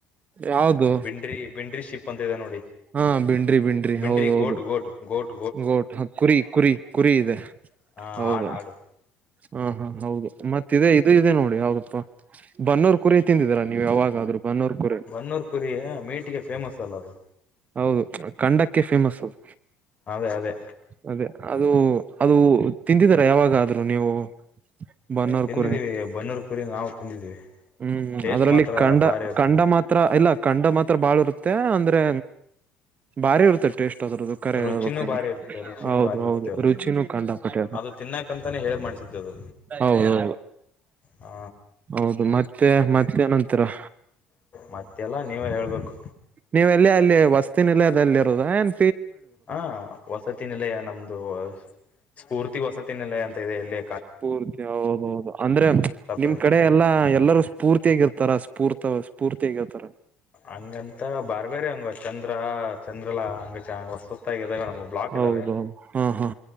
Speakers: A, on the right; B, on the left.
A: ಯಾವ್ದು
B: ಬಿಂಡ್ರಿ ಬಿಂಡ್ರಿ ಶಿಪ್ ಅಂತ ಇದೆ ನೋಡಿ
A: ಹಾ ಬಿಂಡ್ರಿ
B: ಬಿಂಡ್ರಿ
A: ಹೌದೌದು
B: ಗೋಟ್ ಗೋಟ್ ಗೋಟ್
A: ಗೋಟ್ ಕುರಿ ಕುರಿ ಕುರಿ ಇದೆ
B: ಹಾ
A: ಹೌದ
B: ಆಡು ಆಡು
A: ಹಾ ಹಾ ಹೌದು ಮತ್ತ ಇ ಇದು ಇದೆ ನೋಡಿ ಯಾವ್ದಪ್ಪಾ ಬನ್ನೂರ್ ಕುರಿ ತಿಂದಿದರ ನೀವು ಯಾವಾಗಾದ್ ಬನ್ನೂರ್ ಕುರಿ
B: ಕಣ್ಣೂರ್ ಪುರಿ ಮೀಟಿಗೆ ಫೇಮಸ್ ಅಲ್ಲ ಅದು
A: ಹೌದು ಖಂಡಕ್ಕೆ ಫೇಮಸ್ ಅದು
B: ಅದೇ ಅದೇ
A: ಅದೇ ಅದು ಅದು ತಿಂದಿದರಾ ಯಾವಾಗಾದ್ರೂ ನೀವು ಬನ್ನೋರ್
B: ಏ ತಿಂದಿದ್ದೀವಿ
A: ಕುರೆ
B: ಬನ್ನೂರು ಕುರಿ ನಾವು ತಿಂದಿದ್ದೀವಿ
A: ಹ್ಮ್
B: ಟೇಸ್ಟ್
A: ಅದರಲ್ಲಿ
B: ಮಾತ್ರ
A: ಕಂಡ
B: ಭಾರಿ ಇರ್ತದೆ
A: ಕಂಡ ಮಾತ್ರ ಹತ್ರ ಇಲ್ಲ ಕಂಡ ಮಾತ್ರ ಬಾಳ ಇರುತ್ತೆ ಅಂದ್ರೆ ಬಾರಿ ಇರುತ್ತೆ ಟೇಸ್ಟ್ ಅದದು ಕರೆ
B: ರುಚಿನೂ
A: ಹೇಳ್ಬೇಕಂದ್ರೆ
B: ಭಾರಿ ಇರುತ್ತೆ ರುಚಿನೂ
A: ಹೌದು
B: ಭಾರಿ
A: ಹೌದು
B: ಇರುತ್ತೆ ಅದು
A: ರುಚಿನೂ ಕಂಡಪಟ್ಟದ
B: ಅದು ತಿನ್ನಕಂತಾನೆ ಹೇಳಿ ಮಾಡಿಸಿದ್ದದು
A: ಹೌದ
B: ಹ
A: ಹೌದು ಮತ್ತೆ ಮತ್ತೇನಂತೀರಾ
B: ಮತ್ತೆಲ್ಲ ನೀವೇ ಹೇಳ್ಬೇಕು.
A: ನೀವೆಲ್ಲಿ ಅಲ್ಲಿ ವಸ್ತಿ ನಿಲಯದಲ್ಲಿ ಇರೋದಯೇನ್?
B: ಹ ವಸತಿ ನಿಲಯ ನಮ್ದು ಸ್ಫೂರ್ತಿ ವಸತಿ ನಿಲಯ ಅಂತ ಇದೆ ಇಲ್ಲೆ
A: <unintelligible> ಅಂದ್ರೆ
B: ಸಪ್ರೇಟ್
A: ನಿಮ್ ಕಡೆ ಎಲ್ಲಾ ಎಲ್ಲರೂ ಸ್ಫೂರ್ತಿಯಾಗಿ ಇರ್ತಾರ ಸ್ಫೂರ್ತ ಸ್ಫೂರ್ತಯಾಗಿರ್ತಾರ.
B: ಹಂಗಂತ ಬ್ಯಾರೆ ಬೇರೆ ಹಂಗ ಚಂದ್ರ ಚಂದ್ರಲ್ಲ ಹಂಗೆ ಚ ಹೊಸ ಹೊಸತಾಗಿ ಇದಿದ್ದಾವೆ ನಮ್ಗೆ ಬ್ಲಾಕ್
A: ಹೌದೌದು
B: ಇದ್ದಾವೆ.
A: ಹಾ ಹಾ